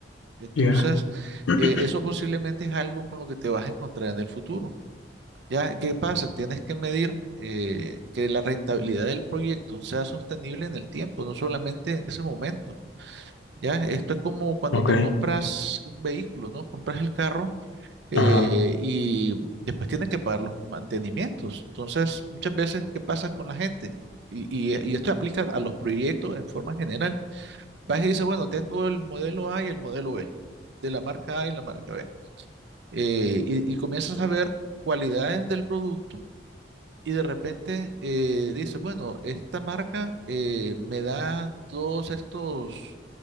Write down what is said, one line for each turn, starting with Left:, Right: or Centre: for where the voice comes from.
Right: Entonces,
Left: Ya, <clears throat>
Right: eh, eso posiblemente es algo con lo que te vas a encontrar en el futuro. ¿Ya? ¿Qué pasa? Tienes que medir eh, que la rentabilidad del proyecto sea sostenible en el tiempo, no solamente en ese momento. ¿Ya? Esto es como cuando
Left: Ok,
Right: te compras un vehículo, ¿no? Compras el carro eh,
Left: ajá,
Right: y después tiene que pagar los mantenimientos. Entonces, muchas veces, ¿qué pasa con la gente? Y, y- eh, y esto aplica a los proyectos en forma general. Vas y dices, bueno, tengo el modelo A y el modelo B, de la marca A y la marca B. Eh, y, y comienzas a ver cualidades del producto y de repente eh, dices, bueno, esta marca eh, me da todos estos